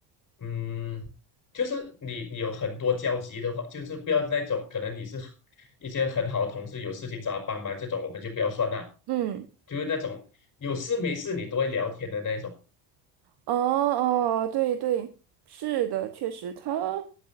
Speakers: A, on the left; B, on the right.
A: 嗯，就是你你有很多交集的话，就是不要那种可能你是一些很好的同事，有事情找他帮忙这种，我们就不要算啦。
B: 嗯。
A: 就是那种有事没事你都会聊天的那一种。
B: 哦哦，对对，是的，确实他，